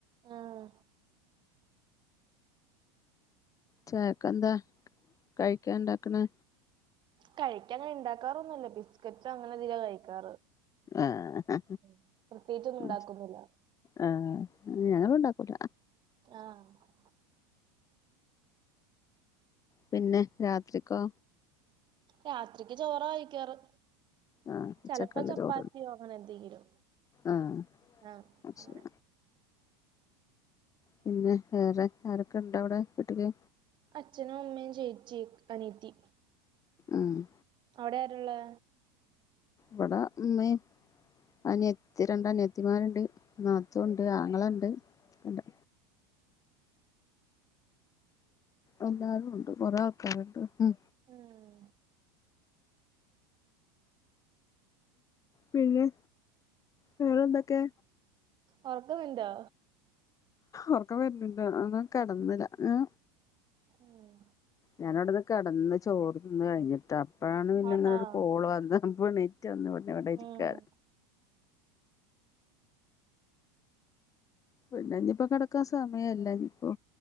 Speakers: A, on the right (about 40°); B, on the left (about 25°).
A: ആഹ്
B: ചായക്കെന്താ കഴിക്കാണ്ടാക്ക്ണ്
A: കഴിക്കാൻ അങ്ങനെണ്ടാക്കാറൊന്നുല്ല ബിസ്ക്കറ്റ് അങ്ങനെ അധിക കഴിക്കാറ്
B: ആഹ്
A: ഉം പ്രത്യേകിച്ചൊന്നും
B: ആ
A: ഉണ്ടാക്കുന്നില്ല
B: ആ ഞങ്ങളുണ്ടാക്കൂല
A: ഉം ആഹ്
B: പിന്നെ രാത്രിക്കോ
A: രാത്രിക്ക് ചോറ കയിക്കാറ്
B: ആഹ് ഉച്ചക്കുള്ള
A: ചെലപ്പോ ചപ്പാത്തിയോ
B: ചോറ്
A: അങ്ങനെ എന്തെങ്കിലും
B: ആഹ്
A: ആഹ്
B: അത്
A: അങ്ങനെ
B: ശരി പിന്നെ വേറെ ആരൊക്കെ ഇണ്ടവടെ വീട്ട്ല്
A: അച്ഛനും അമ്മയും ചേച്ചി അനിയത്തി
B: ആഹ്
A: അവടെരാള്ളെ
B: വടേ ഇമ്മിം അനത്തി രണ്ട് അനത്തിമാര്ണ്ട് നാത്തൂണ്ട് ആങ്ങളണ്ട് ഒക്കെ ഇണ്ട് എല്ലാരുംണ്ട് കൊറേ ആൾക്കാര്ണ്ട് മ്മ്
A: ഉം
B: പിന്നെ വേറെ എന്തൊക്കെ
A: ഒറക്കവെര്ണ്ടാ
B: ഒറക്ക വര്ണ്ണ്ണ്ടൊ അ ന്നാ കടന്നില്ല
A: ഉം
B: ഞ
A: ഉം
B: ഞാനവടൊന്ന് കെടന്ന് ചോറ് തിന്ന് കഴിഞ്ഞിട്ടാ അപ്പഴാണ് പിന്നെ
A: ആഹ്
B: ഇങ്ങനെരു
A: ആഹ്
B: കോള് വന്ന് അപ്പൊണീറ്റ് വന്ന് ഇവടെ ഇര്ക്കാ
A: ഉം
B: പിന്നെ ഇഞ്പ്പോ കടക്കാ സമയല്ല ഞ്പ്പോ